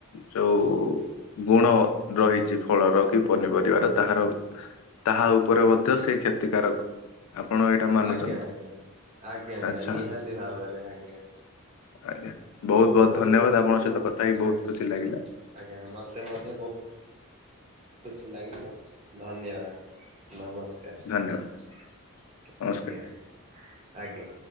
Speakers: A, on the left; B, on the right.
A: ଯୋଉ ଗୁଣ ରହିଛି ଫଳର କି ପନିପରିବାର ତାହାର ତାହା ଉପରେ ମଧ୍ୟ ସେ କ୍ଷତିକାରକ। ଆପଣ ଏଇଟା ମାନୁଛନ୍ତି
B: ଆଜ୍ଞା! ଆଜ୍ଞା! ଆଜ୍ଞା! ଆଜ୍ଞା!
A: ଆଚ୍ଛା
B: ନିହାତି ଭାବରେ ଆଜ୍ଞା।
A: ଆଜ୍ଞା! ବହୁତ
B: ଯୋଉ
A: ବହୁତ ଧନ୍ୟବାଦ। ଆପଣଙ୍କ
B: ପୁ
A: ସହିତ କଥା ହେ ବହୁତ
B: ଆଜ୍ଞା
A: ଖୁସି ଲାଗିଲା।
B: ଆଜ୍ଞା ମତେ ମଧ୍ୟ ବ ଖୁସି ଲାଗିଲା। ଧନ୍ୟବାଦ ନମସ୍କ ଆର।
A: ଧନ୍ୟବାଦ ନମସ୍କାର।
B: ଆଜ୍ଞା! ଆଜ୍ଞା!